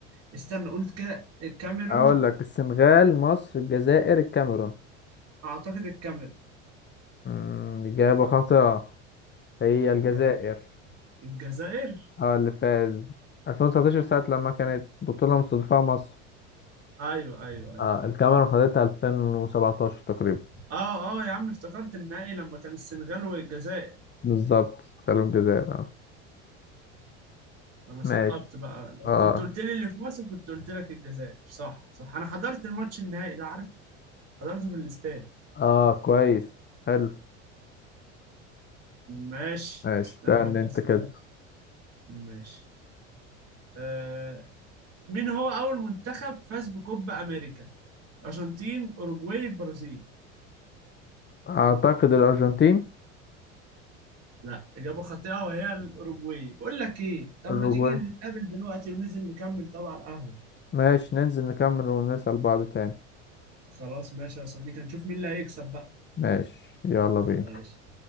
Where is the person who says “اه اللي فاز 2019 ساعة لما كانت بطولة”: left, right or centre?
Left